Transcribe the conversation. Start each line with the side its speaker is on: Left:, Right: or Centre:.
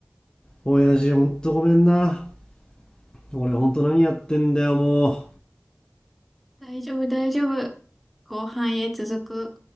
Left: 親父ほんとごめんな俺ほんと何やってんだよもう
Centre: 大丈夫、大丈夫。後半へ続く。